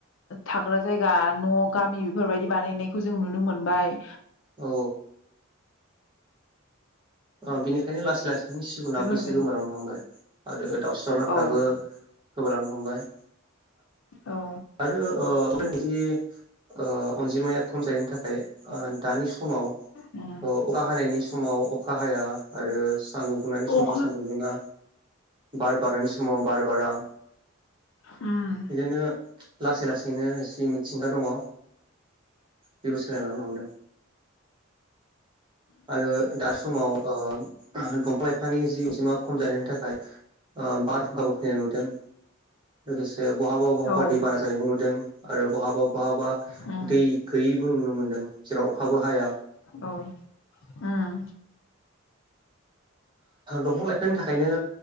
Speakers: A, on the left; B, on the right.
A: थाग्रा जायगा न' गामि बेफोरबायदि बानायनायखौ जों नुनो मोनबाय।
B: औ अ बिनिखायनो लासै लासै बिनि सिगुनाबो
A: बेफोरबाय
B: एसे गोमोरांनो हमबाय आरो दावउस्रि दावलाफ्राबो
A: औ
B: गोमालां हमबाइ।
A: औ
B: आरो ओ फोरनि ओ अनजिमाया खम जानायनि थाखाय दानि सु समाव
A: उम
B: अखा हानायनि समाव अखा हाया आरो सान्दुं दुंनायनि
A: उम
B: समाव सान्दुं दुङा बार बारनायनि समाव बार बारा।
A: होम।
B: बिदिनो लासै लासैनो जि मिथिंगा दङ बेबो सोलायलांनो हमदों। आरो दा समाव ओ दंफां लाइफांनि जि अजिमा खम जानायनि थाखाय बारहुंखाबो फैनाय नुदों। लोगोसे बहाबा बहाबा
A: औ उम औ
B: दैबाना जानायबो नुदों आरो बहाबा बहाबा
A: उम
B: दै गैयिबो नुनो मोन्दों जेराव अखाबो हाया।
A: औ उम।
B: दंफां लाइफांनि थाखायनो